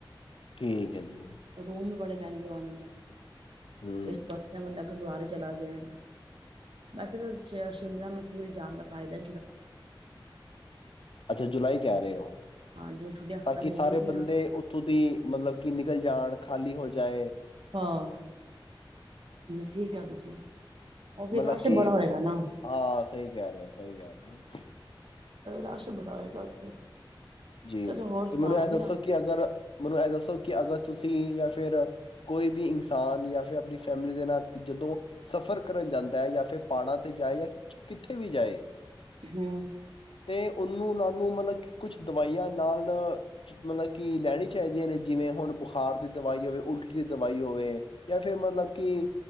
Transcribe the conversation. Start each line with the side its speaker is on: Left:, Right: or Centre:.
Left: ਠੀਕ ਹੈ ਜੀ
Right: ਰੂਮ ਵੀ ਬੜੇ ਮਹਿੰਗੇ ਹੁਣ
Left: ਹੂੰ,
Right: ਇਸ ਤੋਂ ਅੱਛਾ ਬੰਦਾ ਚਲਾ ਗਿਆ ਬਸ ਸ਼ਿਮਲਾ ਮਸੂਰੀ ਜਾਣ ਦਾ ਫਾਇਦਾ
Left: ਅੱਛਾ ਜੁਲਾਈ ਕਹਿ ਰਹੇ ਹੋ
Right: ਹਾਂ ਜਿਵੇਂ ਛੁੱਟੀਆਂ
Left: ਤਾਂ
Right: ਖਤਮ
Left: ਕਿ ਸਾਰੇ
Right: ਹੋਣਗੀਆਂ
Left: ਬੰਦੇ ਉਥੋਂ ਦੀ ਮਤਲਬ ਕੀ ਨਿਕਲ ਜਾਣ ਖਾਲੀ ਹੋ ਜਾਏ
Right: ਹਹ ਠੀਕ ਆ ਤੁਸੀਂ ਉਹ ਵੀ
Left: ਮਤਲਬ
Right: ਰਸ਼
Left: ਕਿ
Right: ਬੜਾ ਹੋਏਗਾ ਨਾ
Left: ਹਾਂ ਸਹੀ ਕਹਿ ਰਿਹਾ ਸਹੀ ਸਹੀ ਗੱਲ
Right: ਰਾਸ਼ ਬੜਾ ਹੋਏਗਾ ਉੱਥੇ
Left: ਜੀ
Right: ਚਲੋ ਹੋਰ ਸੁਣਾਓ
Left: ਤੇ ਮੈਨੂੰ ਇਹ
Right: ਵਧੀਆ।
Left: ਦੱਸੋ ਕਿ ਅਗਰ ਮੈਨੂੰ ਇਹ ਦੱਸੋ ਕਿ ਅਗਰ ਤੁਸੀਂ ਜਾਂ ਫਿਰ ਕੋਈ ਵੀ ਇਨਸਾਨ ਜਾਂ ਫਿਰ ਆਪਣੀ ਫੈਮਲੀ ਦੇ ਨਾਲ ਜਦੋਂ ਸਫ਼ਰ ਕਰਨ ਜਾਂਦਾ ਹੈ ਜਾਂ ਫਿਰ ਪਹਾੜਾਂ ਤੇ ਜਾਏ ਜਾਂ ਕਿੱਥੇ ਵੀ ਜਾਏ
Right: ਹੂੰ
Left: ਤੇ ਉਹਨੂੰ ਲ ਨੂੰ ਮਤਲਬ ਕਿ ਕੁੱਛ ਦਵਾਈਆਂ ਨਾਲ ਮਤਲਬ ਕਿ ਲੈਣੀ ਚਾਹੀਦੀਆਂ ਨੇ ਜਿਵੇਂ ਹੁਣ ਬੁਖਾਰ ਦੀ ਦਵਾਈ ਹੋਵੇ ਉਲਟੀ ਦੀ ਦਵਾਈ ਹੋਵੇ ਜਾਂ ਫਿਰ ਮਤਲਬ ਕਿ